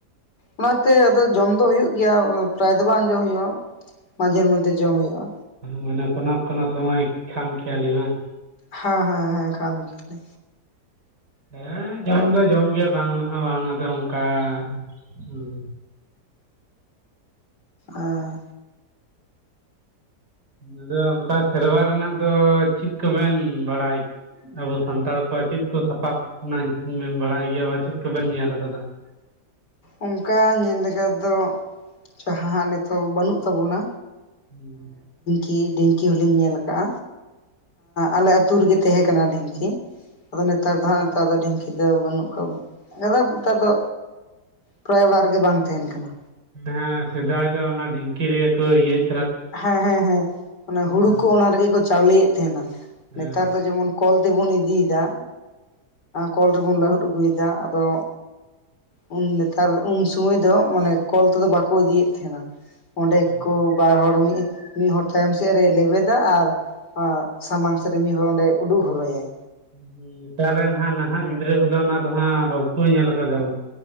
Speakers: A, on the left; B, on the right.
A: ᱚᱱᱟᱛᱮ ᱟᱫᱚ ᱡᱚᱢ ᱫᱚ ᱦᱩᱭᱩᱜ ᱜᱮᱭᱟ ᱯᱨᱟᱭ ᱫᱚ ᱵᱟᱝ ᱡᱚᱢ ᱦᱩᱭᱩᱜᱼᱟ ᱢᱟᱡᱷᱮᱨ ᱢᱚᱫᱽᱫᱷᱮ ᱡᱚᱢ ᱦᱩᱭᱩᱜᱼᱟ
B: ᱢᱟᱱᱮ ᱠᱚᱱᱳ ᱠᱚᱱᱳ ᱥᱚᱢᱚᱭ ᱠᱷᱟᱢ ᱠᱷᱭᱟᱞᱤ ᱵᱟᱝ
A: ᱦᱮᱸ ᱦᱮᱸ ᱦᱮᱸ ᱠᱷᱟᱢ ᱜᱮ
B: ᱦᱮᱸ ᱡᱚᱢ ᱫᱚ ᱡᱚᱢ ᱜᱮᱭᱟ ᱵᱟᱝ ᱨᱮᱦᱚᱸ ᱵᱟᱝ ᱟᱫᱚ ᱚᱱᱠᱟ ᱦᱚᱸ <inaudible>
A: ᱟᱨ
B: ᱟᱫᱚ ᱚᱱᱠᱟ ᱥᱮᱨᱣᱟ ᱨᱮᱱᱟᱜ ᱫᱚ ᱪᱮᱫ ᱠᱚᱵᱮᱱ ᱵᱟᱲᱟᱭ ᱟᱵᱚ ᱥᱟᱱᱛᱟᱲ ᱠᱚᱣᱟᱜ ᱪᱮᱫ ᱠᱚ ᱥᱟᱯᱟᱵ ᱨᱮᱱᱟᱜ ᱧᱩᱛᱩᱢ ᱵᱮᱱ ᱵᱟᱲᱟᱭ ᱜᱮᱭᱟ ᱵᱟ ᱪᱮᱫ ᱠᱚᱵᱮᱱ ᱧᱮᱞ ᱠᱟᱫᱟ <unintelligible>
A: ᱚᱱᱠᱟ ᱧᱮᱞ ᱞᱮᱠᱟᱫᱚ ᱡᱟᱦᱟᱸ ᱱᱤᱛᱚᱜ ᱵᱟᱹᱱᱩᱜ ᱛᱟᱵᱚᱱᱟ
B: <inaudible>
A: ᱤ ᱰᱷᱤᱝᱠᱤ ᱦᱚᱞᱤᱧ ᱧᱮᱞ ᱟᱠᱟᱜᱼᱟ ᱟᱞᱮ ᱟᱛᱳ ᱨᱮᱜᱮ ᱛᱟᱦᱮᱸ ᱠᱟᱱᱟ ᱰᱷᱤᱝᱠᱤ ᱟᱫᱚ ᱱᱮᱛᱟᱨ ᱫᱚ ᱦᱟᱸᱜ ᱱᱮᱛᱟᱨ ᱫᱚ ᱰᱷᱤᱝᱠᱤ ᱫᱚ ᱵᱟᱹᱱᱩᱜ ᱠᱟᱜᱼᱟ ᱱᱮᱛᱟᱨ ᱫᱚ ᱯᱨᱟᱭ ᱚᱲᱟᱜ ᱨᱮᱜᱮ ᱵᱟᱝ ᱛᱟᱦᱮᱱ ᱠᱟᱱᱟ
B: ᱦᱮᱸ ᱥᱮᱫᱟᱭ ᱫᱚ ᱚᱱᱟ ᱰᱷᱤᱝᱠᱤ ᱨᱮᱜᱮ ᱠᱚ ᱤᱭᱟᱹᱟᱹᱜ
A: ᱦᱮᱸ ᱦᱮᱸ ᱦᱮᱸ ᱦᱩᱲᱩ
B: ᱦᱮᱸ
A: ᱠᱚ ᱚᱱᱟ ᱨᱮᱜᱮ ᱠᱚ ᱪᱟᱣᱞᱮᱭᱮᱫ ᱛᱟᱦᱮᱸᱱᱟ
B: ᱦᱮᱸ
A: ᱱᱮᱛᱟᱨ ᱫᱚ ᱡᱮᱢᱚᱱ ᱠᱚᱞ ᱛᱮᱵᱚᱱ ᱤᱫᱤᱭᱮᱫᱟ ᱠᱚᱞ ᱨᱮᱵᱚᱱ ᱞᱟᱹᱦᱩᱫ ᱟᱹᱜᱩᱭᱮᱫᱟ ᱟᱫᱚ ᱩᱱ ᱱᱮᱛᱟᱨ ᱩᱱ ᱥᱚᱢᱚᱭ ᱫᱚ ᱢᱟᱱᱮ ᱠᱚᱞ ᱛᱮᱫᱚ ᱵᱟᱠᱚ ᱤᱫᱤᱭᱮᱫ ᱛᱟᱦᱮᱱᱟ ᱚᱸᱰᱮ
B: ᱦᱮᱸ ᱦᱮᱸ
A: ᱠᱚ ᱵᱟᱨ ᱦᱚᱲ ᱢᱤᱫ ᱢᱤᱫ ᱦᱚᱲ ᱛᱟᱭᱚᱢ ᱥᱮᱫ ᱨᱮ ᱞᱮᱵᱮᱫᱟ ᱟᱨ ᱟᱨ ᱥᱟᱢᱟᱝ ᱥᱮᱫ ᱨᱮ ᱢᱤᱫ ᱦᱚᱲ ᱚᱸᱰᱮ ᱩᱰᱩᱜ ᱦᱚᱨᱟᱹᱭ-ᱟᱭ᱾
B: ᱱᱮᱛᱟᱨ ᱨᱮᱱ ᱦᱟᱸᱜ ᱱᱟᱦᱟᱜ ᱜᱤᱫᱽᱨᱟᱹ ᱠᱚᱫᱚ ᱚᱱᱟ ᱫᱚ ᱦᱟᱸᱜ ᱵᱟᱠᱚ ᱧᱮᱞ ᱠᱟᱫᱟ᱾